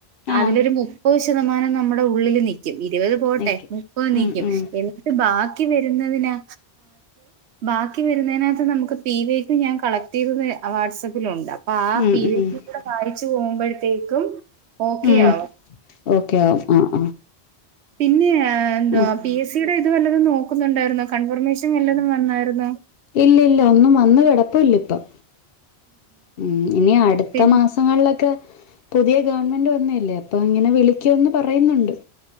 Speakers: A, on the right; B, on the left.
A: അതിലൊരു
B: ആഹ്
A: മുപ്പത് ശതമാനം നമ്മുടെ ഉള്ളിൽ നിക്കും ഇരുപത് പോട്ടെ
B: നിക്ക്
A: മുപ്പ നീക്കും
B: ഉം ഉം
A: എന്ന് ബാക്കി ര ബാക്കി വരുന്നതിനത്ത് നമുക്ക് പി വക്ക ഞാൻ കളക്ട് ചെയ് വാ് ഉണ്ടാവും ആ
B: ഉം
A: പിരിവ്
B: ഉം
A: <unintelligible> പോകുമ്പോഴത്തേക്കും ഓക്കെ
B: ഉം
A: ആവും
B: ഓക്കെ ആവും ആ
A: പിന്നെ എന്തുവാ
B: ആഹ്
A: പി എസ് സിയുടെ ത് വല്ലതും നോക്കുന്നുണ്ടായിരുന്നോ കൺഫർമേഷൻ വല്ലതും വന്നായിരുന്നോ
B: ഇല്ല ഇല്ല ഒന്നും വന്ന് കിടപ്പ് ഇല്ല ഇപ്പം ഉം ഇനി അടുത്ത
A: പിന്നെ
B: മാസങ്ങളിലൊക്കെ പുതിയ ഗവൺമെന്റ് വന്നീല്ലേ അപ്പൊ ഇങ്ങനെ വിളിക്കോന്ന് പറയുന്നുണ്ട്